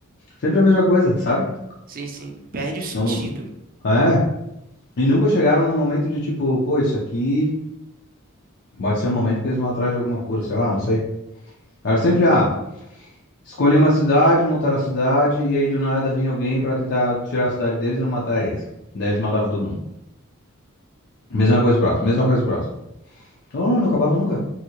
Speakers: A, on the left (about 50°); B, on the right (about 40°).
A: Sempre a mesma coisa, sabe?
B: Sim, sim. Perde o sentido.
A: Não, é. E nunca chegaram no momento de tipo, pô, isso aqui pode ser um momento que eles vão atrás de alguma cura, sei lá, não sei. Era sempre, ah, escolhi uma cidade, montaram a cidade, e aí do nada vinha alguém pra tentar tirar a cidade deles ou matar eles. Daí eles matavam todo mundo. Mesma coisa próxima, mesma coisa próxima. Então não acabava nunca.